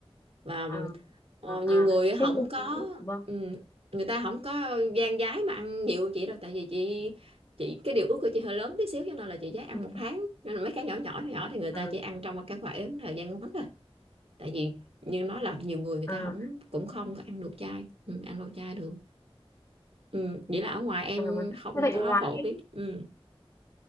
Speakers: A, on the right; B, on the left.
A: và
B: à,
A: ờ,
B: à,
A: nhiều
B: à.
A: người
B: thế
A: không
B: thì-
A: có
B: vâng
A: ừm, người ta không có gan gái mà ăn nhiều chị đâu tại vì chị chị cái điều ước của chị hơi lớn tí xíu cho nên là chị dám ăn
B: Ừ.
A: một tháng nên là mấy cái nhỏ nhỏ nhỏ nhỏ thì người ta
B: à,
A: chỉ ăn trong một cái khoảng thời gian ngắn thôi tại vì như em nói là nhiều người người
B: à,
A: ta không cũng không có ăn được chay ừ, ăn đồ chay được ừ, vậy là ở ngoài em
B: à, vâng. thế
A: không
B: vậy
A: có
B: ngoài
A: phổ biến ừ,